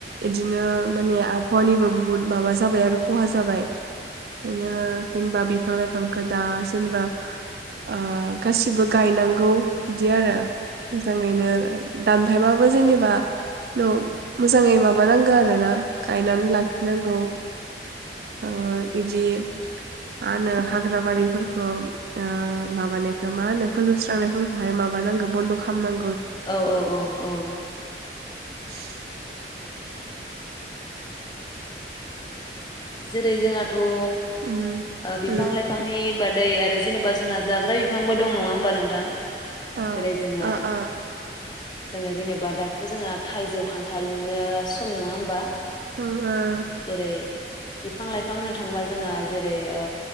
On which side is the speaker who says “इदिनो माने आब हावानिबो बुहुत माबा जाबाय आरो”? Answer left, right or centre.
Right